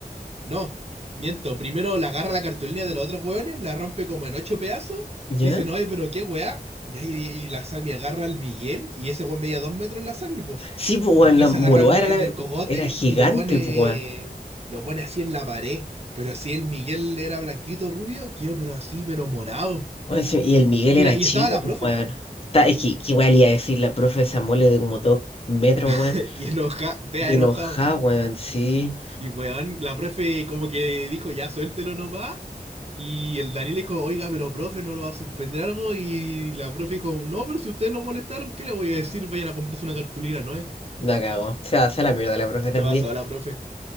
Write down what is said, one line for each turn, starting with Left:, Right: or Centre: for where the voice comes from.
Right: No, miento. Primero la agarra la cartulina de los otros weones, la rompe como en ocho pedazos.
Left: ya.
Right: Dicen, oye, pero qué wea. Y ahí y la Sami agarra al Miguel y ese weón medía dos metros la Sami, pues.
Left: Sí, pues, weón,
Right: Entonces
Left: la moroa
Right: agarra al Miguel
Left: era, la-
Right: del cogote
Left: era gigante,
Right: y lo pone,
Left: pues, weón.
Right: lo pone así en la pared. Pero así el Miguel era blanquito, rubio, quedó pero así, pero morado.
Left: Bueno, sí, y el Miguel
Right: Y,
Left: era
Right: la, y
Left: chico,
Right: estaba la
Left: pues,
Right: profe.
Left: weón. Está, es que, que igual iba a decir la profe esa mole de como dos metros, weón.
Right: <laughs> Y enoja, te
Left: Y
Right: ha enojado.
Left: enojada, weón, sí.
Right: Y weón, la profe como que dijo, ya suéltelo nomás. Y el Daniel dijo, oiga, pero profe, ¿no lo va a suspender algo? Y la profe dijo, no, pero si ustedes lo molestaron, ¿qué le voy a decir? Vayan a comprarse una cartulina, ¿no es?
Left: La cagó. O sea, se la mierda la profe también.
Right: Se pasó a la profe.